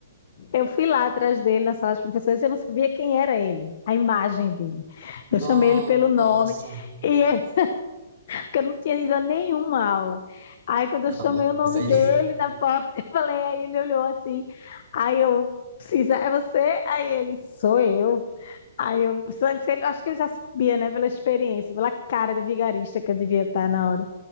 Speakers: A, on the left; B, on the right.
A: eu fui lá atrás dele na sala de professores e eu não sabia quem era ele, a imagem dele.
B: Nossa.
A: Eu chamei ele pelo nome, e é- <laughs> porque eu não tinha ido a nenhuma aula. Aí, quando
B: Não,
A: eu chamei o nome
B: mas aí.
A: dele na porta, <laughs> eu falei, aí ele olhou assim, aí eu, Cisa, é você? Aí ele, sou eu. Aí eu, só que ele- acho que ele já sabia, né, pela experiência, pela cara de vigarista que eu devia estar na hora.